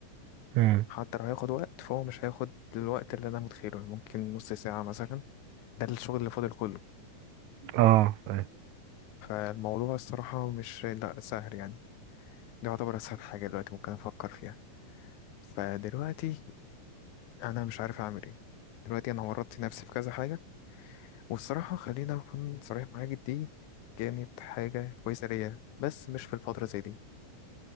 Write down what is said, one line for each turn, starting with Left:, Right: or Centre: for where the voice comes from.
Right: امم
Left: حتى لو هياخد وقت فهو مش هياخد الوقت اللي انا متخيله ممكن نص ساعة مثلا ده الشغل اللي فاضل كله
Right: اه طيب
Left: فالموضوع الصراحة مش لا سهل يعني ده يعتبر اسهل حاجة دلوقتي ممكن افكر فيها فدلوقتي انا مش عارف اعمل ايه دلوقتي انا ورطت نفسي في كذا حاجه والصراحه خلينا اكون صريح معاك دي كانت حاجه كويسه ليا بس مش في الفتره زي دي